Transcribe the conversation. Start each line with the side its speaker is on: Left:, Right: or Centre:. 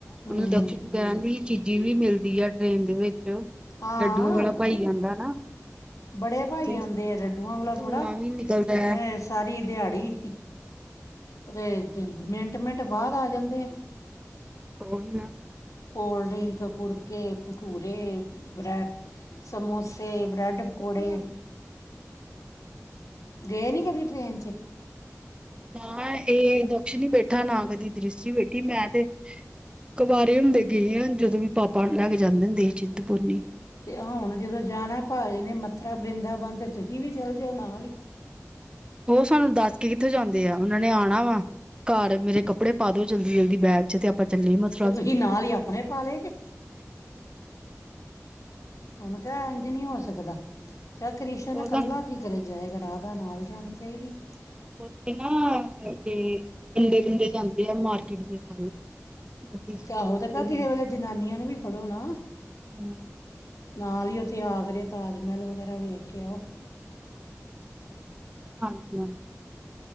Left: ਹੂੰ
Right: ਉਹਨੂੰ ਦਕਸ਼ਿਣ ਕਹਿਣ ਡਈ ਹੀ ਏ ਚੀਜ਼ੀ ਵੀ ਮਿਲਦੀ ਆ ਟ੍ਰੇਨ ਦੇ ਵਿੱਚ।
Left: ਹਾਂ।
Right: ਲੱਡੂਆਂ ਵਾਲਾ ਭਾਈ ਆਉਂਦਾ ਨਾ
Left: ਬੜੇ ਭਾਈ
Right: ਤੇ
Left: ਆਂਦੇ ਲੱਡੂਆਂ ਵਾਲਾ ਥੋੜ੍ਹਾ,
Right: ਧੂੰਆਂ ਵੀ ਨਿਕਲਦਾ
Left: ਇਹ
Right: ਹੈ
Left: ਸਾਰੀ ਦਿਹਾੜੀ ਉਹ ਤੇ ਮਿੰਟ, ਮਿੰਟ ਬਾਅਦ ਆ ਜਾਂਦੇ ਆ।
Right: ਉਹੀ ਨਾ
Left: ਕੋਲਡ ਡ੍ਰਿੰਕ ਕੁੁਰ ਕੇ ਭਟੂਰੇ, ਬੈ ਸਮੋਸੇ, ਬ੍ਰੈਡ
Right: ਤੇ
Left: ਪਕੌੜੇ। ਗਏ ਨੀ ਕਦੀ ਟ੍ਰੇਨ ਚ?
Right: ਨਾ ਇਹ ਦਕਸ਼ਣ ਹੀ ਬੈਠਾ ਨਾ ਕਦੀ ਦ੍ਰਿਸ਼ਟੀ ਬੈਠੀ ਮੈਂ ਤੇ ਕਵਾਰੇ ਹੁੰਦੇ ਗਏ ਆ, ਜਦੋਂ ਵੀ ਪਾਪਾ ਲੈ ਕੇ ਜਾਂਦੇ ਹੁੰਦੇ ਹੀ ਚਿੰਤਪੁਰਨੀ।
Left: ਤੇ ਹੁਣ ਜਦੋਂ ਜਾਣਾ ਭਾਜੀ ਨੇ ਮੱਥਰਾ ਬਰਿੰਦਾਬਨ ਤੇ ਤੁਹੀਂ ਵੀ ਚੱਲ ਜਾਓ ਨਾਲ ਹੀ।
Right: ਉਹ ਸਾਨੂੰ ਦੱਸ ਕੇ ਕਿੱਥੋਂ ਜਾਂਦੇ ਆ, ਉਹਨਾਂ ਨੇ ਆਣਾ ਵਾ ਘਰ ਮੇਰੇ ਕੱਪੜੇ ਪਾ ਦਿਓ ਜਲਦੀ, ਜਲਦੀ ਬੈਗ ਚ ਤੇ ਆਪਾਂ ਚੱਲੀਏ ਮਤ
Left: ਤੇ ਤੁਹੀ ਨਾਲ ਹੀ ਆਪਣੇ ਪਾ ਲੈ ਜੇ ਉਹਨੂੰ ਕਿਹਾ ਇੰਝ ਨੀ ਹੋ ਸਕਦਾ, ਕਹਿ ਕ੍ਰਿਸ਼ਨ
Right: ਉਹ ਤਾਂ
Left: ਕੱਲਾ ਕੀ ਕਰਣ ਜਾਏਗਾ, ਰਾਧਾ ਨਾਲ ਜਾਣੀ ਚਾਹੀਦੀ ਏ।
Right: ਉੱਥੇ ਨਾ ਇਹ ਬੰਦੇ, ਬੰਦੇ ਜਾਂਦੇ ਆ ਮਾਰਕੀਟ ਦੇ ਸਾਰੇ। ਗੱਡੀ ਚ ਚਲੇ
Left: ਆਹੋ
Right: ਜਾਂਦੇ
Left: ਤੇ ਕਿਸੇ ਵੇਲੇ ਜਨਾਨੀਆਂ ਨੂੰ ਵੀ ਫੜੋ ਨਾ।
Right: ਫਿਰ
Left: ਨਾਲ ਹੀ ਉੱਥੇ ਆਗਰੇ ਤਾਜ਼ ਮਹਿਲ ਵਗੈਰਾ ਵੇਖ ਕੇ ਆਉ।
Right: ਹਾਂਜੀ, ਹਾਂਜੀ।